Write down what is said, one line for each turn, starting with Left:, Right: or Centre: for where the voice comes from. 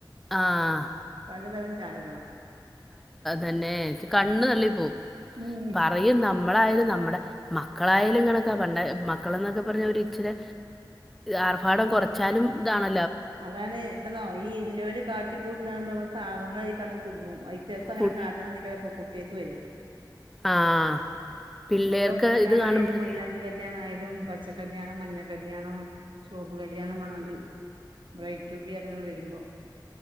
Centre: ആഹ
Right: പലതരം ചായകള
Centre: തന്നെ കണ്ണ് തള്ളി പോവും
Right: ഉം
Centre: പറയു ന്നമ് നമ്മളായാലും നമ്മുടെ മക്കളായാലും ഇങ്ങനക്കെ പണ്ടെ മ നമ്മളൊക്കെ എന്നൊക്കെ പറഞ്ഞാൽ ഒ ഇച്ചിരി ആർഭാടം കുറച്ചാലും ഇതാണ്
Right: അതാണ് എത്താനോ ഇല്ലോൽ കാട്ടികൂട്ടുന്നത് കാണുബോ നമ്മൾ പാവങ്ങള് കടന്ന് കുടുങ്ങും ഐ കുട്ടേക്കും അങ്ങനെ
Centre: കൂ
Right: കാട്ടണം എന്നെക്കും കു ടെക് വരാ
Centre: ആഹ് പിള്ളേർക്ക്
Right: ഓരോ കല്യാണ
Centre: ഇത് കാണുമ്പ
Right: ആയാലും മൈലാഞ്ചി കല്യാണയാലും പച്ചക്കല്യാണം മഞ്ഞ കല്യാണം ചോപ്പ് കല്യാണം പറഞ്ഞതിരി ബ്രൈറ്റൂബി പറഞ്ഞു വരുമ്പോ